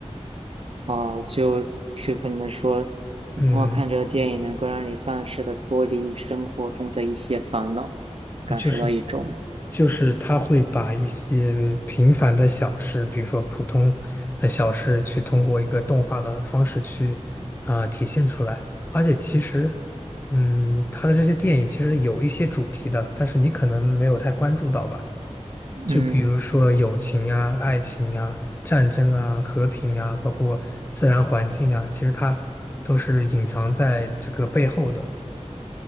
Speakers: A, on the right (about 55°); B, on the left (about 15°).
A: 啊，就就可能说，你通过看这个电影能够让你暂时的脱离生活中的一些烦恼，
B: 嗯，
A: 感受到一种
B: 就是就是它会把一些平凡的小事，比如说普通的小事，去通过一个动画的方式去啊、体现出来。而且其实，嗯，它的这些电影其实有一些主题的，但是你可能没有太关注到吧。
A: 嗯
B: 就比如说友情啊、爱情啊、战争啊、和平啊，包括自然环境啊，其实它都是隐藏在这个背后的。